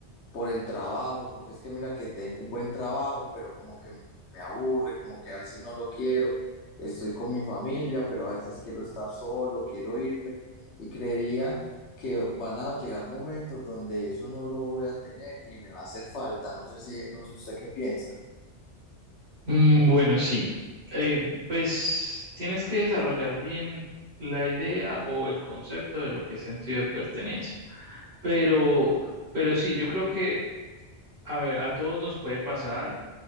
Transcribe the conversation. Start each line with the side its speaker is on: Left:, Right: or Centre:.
Left: por el trabajo, porque es que mira que tengo un buen trabajo, pero como que me aburre, como que a veces no lo quiero, estoy con mi familia, pero a veces quiero estar solo, quiero irme y creería que van a llegar momentos donde eso no lo voy a tener y me va a hacer falta, no sé si, no sé usted qué piensa.
Right: Mm, Bueno, sí. Eh, pues tienes que desarrollar bien la idea o el concepto de lo que es sentido de pertenencia. Pero, pero sí, yo creo que, a ver, a todos nos puede pasar